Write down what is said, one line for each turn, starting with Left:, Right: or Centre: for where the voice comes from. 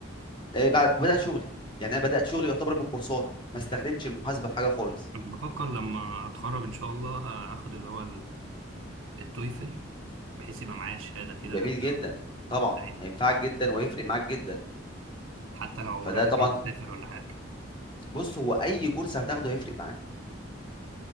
Left: آه، بعد- بدأت شغلي يعني انا بدأت شغلي يعتبر بالكورسات ما استخدمتش المحاسبة في حاجة خالص
Right: انا بفكر لما اتخرج ان شاء الله آه، اخد اللي هو التويفل بحيث يبقى معايا شهادة كده
Left: جميل جدا طبعا
Right: أيوة.
Left: هينفعك جدا ويفرق معاك جدا
Right: حتى لو
Left: فده
Right: الواحد
Left: طبعا
Right: عايز يسافر ولا حاجة
Left: بص هو اي كورس هتاخده هيفرق معاك